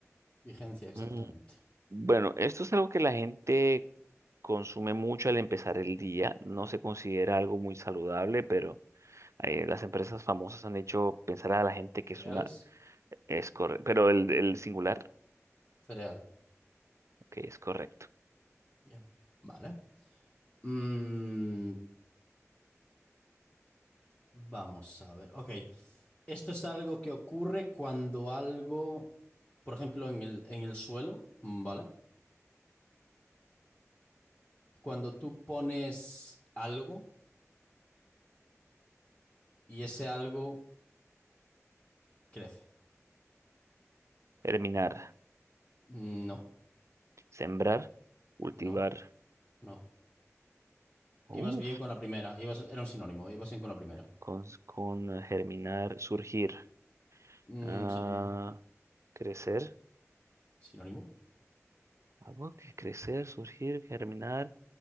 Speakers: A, on the left (about 25°); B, on the right (about 65°).
A: Vigencia, exactamente.
B: Mm, Bueno, esto es algo que la gente consume mucho al empezar el día. No se considera algo muy saludable, pero eh, las empresas famosas han hecho pensar a la gente que
A: Cereales,
B: es una... Es correcto. Pero el, el singular,
A: cereal.
B: ok, es correcto.
A: Bien, vale. Mm, vamos a ver. Ok. Esto es algo que ocurre cuando algo, por ejemplo, en el, en el suelo, mm, ¿vale? Cuando tú pones algo y ese algo crece.
B: Germinar,
A: Mm, No,
B: sembrar, cultivar.
A: no, no.
B: Uf,
A: Ibas bien con la primera. Ibas, era un sinónimo. Ibas bien con la primera.
B: con, con germinar, surgir.
A: Mm,
B: Ah,
A: sinónimo.
B: crecer.
A: Sinónimo.
B: Algo que crecer, surgir, germinar,